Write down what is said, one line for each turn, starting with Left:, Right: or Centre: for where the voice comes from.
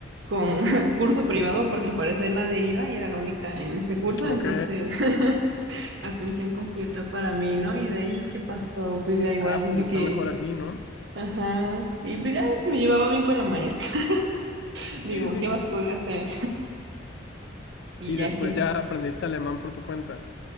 Right: con <laughs> curso privado porque al parecer nadie iba y era la única en ese curso,
Left: Ok.
Right: entonces <laughs> atención completa para mí, ¿no? Y de ahí, ¿qué pasó? Pues ya igual
Left: Ah, pues
Right: de
Left: está
Right: que,
Left: mejor así, ¿no?
Right: ajá, y pues ya me llevaba bien con la maestra, <laughs> digo,
Left: Sí, sí,
Right: ¿qué
Left: sí.
Right: más podía hacer? Y
Left: Y después
Right: ya, ¿qué pasó?
Left: ya aprendiste alemán por tu cuenta.